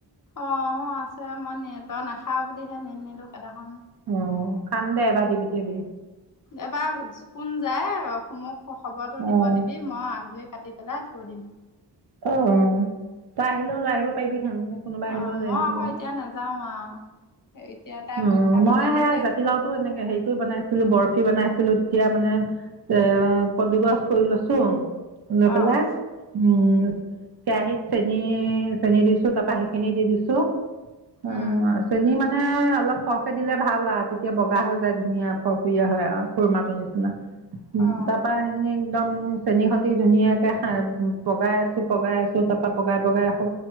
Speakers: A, on the left; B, on the right.
A: অ আছে মই নিহ তই নেখাওঁ বুলিহে হে নিনিলো কেদাখন
B: অ খাম দে এবা দি পঠিয়াবি
A: এবাৰ কোন যায় মোক খবৰটো
B: অ',
A: দিব দিবি মই আগ ধৰি কাটি পেলাই থৈ দিম
B: অ তই আহিলেও লৈ আহিব পাৰিবি হেন কোনোবা
A: অ'
B: আহিলেও লৈ
A: মই
B: আহিব
A: আকৌ এতিয়া নাযাওঁ আৰু। এতিয়া তাই
B: উ
A: পৰীক্ষা
B: মই
A: পালেহি
B: সেয়া
A: যে
B: জাতিলাওতো এনেকে হেৰি কৰি বনাইছিলো বৰফি বনাইছিলো ছিলো তেতিয়া মানে এ কদুগছ কৰি লৈছোঁ লৈ পেলাই
A: অ'।
B: উম কেৰাহীত চেনি চেনি দিছোঁ তাপা সেইখিনি দি দিছোঁ অ
A: উম,
B: চেনি মানে মানে অলপ হৰহকে দিলে ভাল আৰু তেতিয়া বগা হৈ যায় ধুনীয়া ফৰফৰীয়া হয় আৰু খুুৰমা টোৰ নিচিনা
A: অ',
B: তাপা হে একদম চেনীৰ সৈতে ধুনীয়াকে খ পগাই আছো পগাই আছো তাৰ পৰাা পগাই পগাই আকৌ